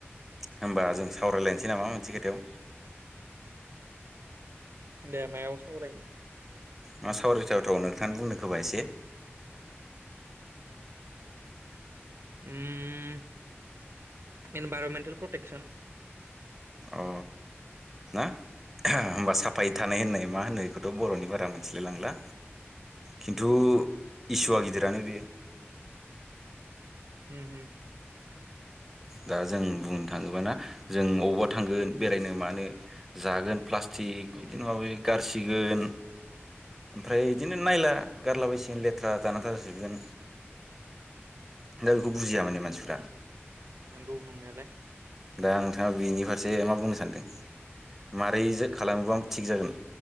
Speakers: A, in the centre; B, on the right.
A: होमबा जों सावरायलायनोसै नामा मोनसे खोथायाव
B: दे मायाव सावरायनो?
A: मा सावरायथावथाव नोंथां बुंनो खोबा एसे।
B: ओ इनभाइरमेन्टेल प्रटेकसन
A: अ ना होमबा साफायै थानाय होननाय मा होननाय बेखौथ' बर'नि बारा मोनथिलाय लांला खिन्थु इसुवआ गिदिरानो बे
B: होम होम।
A: दा जों बुंनो थाङोबाना जों अबावबा थांगोन बेरायनो मानो जागोन प्लास्टिक
B: औ
A: बिदिनो
B: औ
A: माबा माबि गारसि गोन ओमफ्राय बिदिनो नायला गारला बसिगोन लेथ्रा जाना थाजोबगोन दा बेखौ बुजिया माने मानसिफ्रा
B: नंगौ नंनायालाय।
A: दा नोंथाङा बेनि फारसे मा बुंनो सानदों? माबोरै खालामोबा थिग जागोन